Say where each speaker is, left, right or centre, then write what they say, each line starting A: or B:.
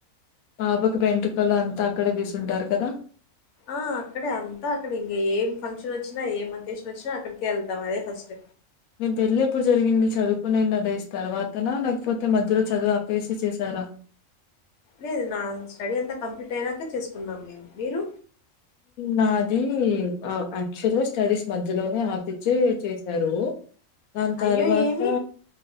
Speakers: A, on the left; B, on the left.
A: పాపకు వెంట్రుకలు అంతా అక్కడే తీసుంటారు కదా
B: ఆ అక్కడే అంతా అక్కడె ఇంకా ఏం ఫంక్షన్ వచ్చినా ఏం అకేషన్ వచ్చినా అక్కడికి వెళ్తాం అదే ఫస్ట్
A: నేను పెళ్ళి ఎప్పుడు జరిగింది చదువుకునేం అదేస్ తర్వాతనా లేకపోతే మధ్యలో చదువు అప్పేసి చేసారా
B: లేదు నా స్టడీ అంతా కంప్లీట్ అయినాక చేసుకున్నాం మేము మీరు
A: నాది యాక్చువల్గా స్టడీస్ మధ్యలోనే ఆపి చ్చి చేశారు దాని తర్వాత
B: అయ్యో! ఏమి?